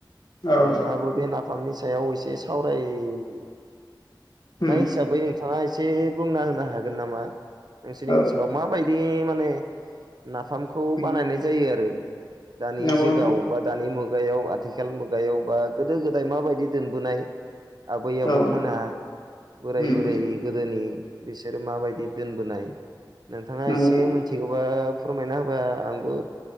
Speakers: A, on the left; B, on the right.
A: औ
B: नोंथाङाबो बे न नि सायाव एसे सावरायनाय
A: उम
B: हिसाबै नोंथां नोंथाङा एसे बुंना होनो हागोन नामा नोंसोरनि
A: औ
B: ओनसोलाव माबायदि माने नाफामखौ
A: उम
B: बानायनाय जायो आरो दानि
A: नंगौ
B: जुगाव
A: नोंथां
B: बा दानि मुगायाव आथिखाल मुगायाव बा गोदो गोदाय माबायदि दोनबोनाय आबै आबौमोनहा
A: औ उम
B: बोराय
A: उम
B: बोरै गोदोनि बिसोर माबायदि दोनबोनाय नोंथाङा
A: नंगौ
B: एसे खौबा फोरमायना होबा आंबो